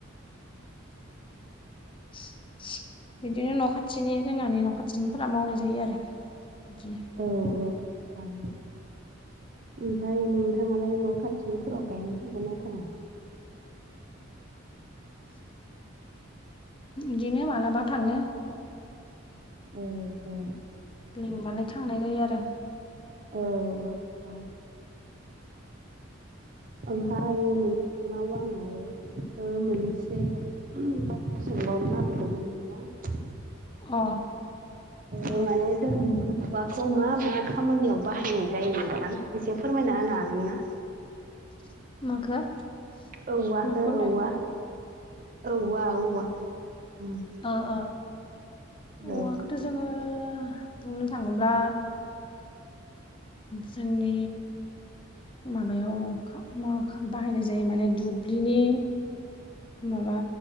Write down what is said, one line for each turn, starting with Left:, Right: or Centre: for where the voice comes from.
Left: <inaudible> बिदिनो न' खाथिनि जोंहानि न' खाथिनिफोरा मावनाय जायो आरो बिदिनो।
Right: औ औ नोंथां नंगौ। ओमफ्राय नोंथाङालाय न' खाथिनिफोराव गायनो थागोन ना थाङा?
Left: इदिनो मालाबा थाङो।
Right: औ औ।
Left: लिंबानो थांनाय जायो आरो।
Right: औ औ औ। ओमफ्राय नोंथांनाव आङो ओ मोनसे बाथ्रा सोंबावनो नागिरदोंमोन नोंथां।
Left: अ।
Right: ओ
Left: दे
Right: माने <unintelligible> औवाखौ मा मा खामानियाव बाहायनाय जायो नोंथां एसे फोरमायना होनो हागोन ना?
Left: माखो?
Right: औवखौ
Left: माखौ होनो
Right: औवा औवा औवा उम।
Left: औ औ
Right: औ
Left: औवाखौथ' जोङो बुंनो थाङोब्ला जोंनि माबायाव खाम मा खाम बाहायनाय जायो माने दुब्लिनि माबा